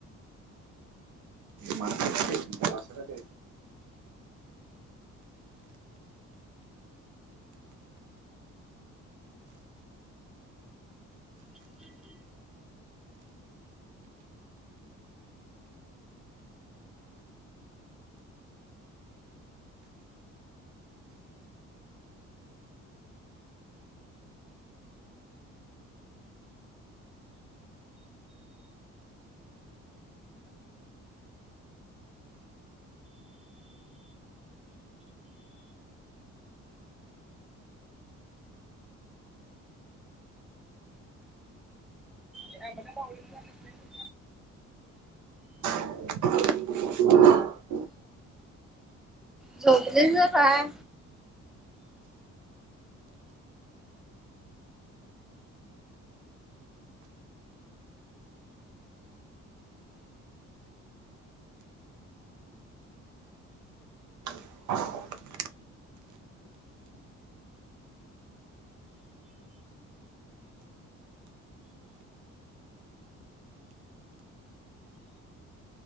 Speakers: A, on the right; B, in the centre.
A: मा खे
B: ह ब
A: <inaudible>
B: झोपले ना काय
A: <inaudible>